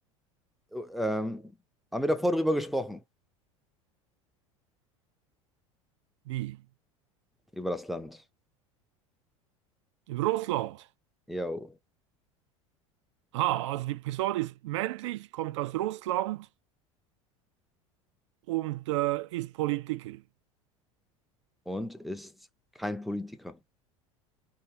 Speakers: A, in the centre; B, on the right.
A: Oh, Ähm, haben wir davor drüber gesprochen?
B: Wie?
A: Über das Land.
B: Russland?
A: Jo.
B: Aha, also die Person ist männlich, kommt aus Russland und äh, ist Politiker.
A: Und ist kein Politiker.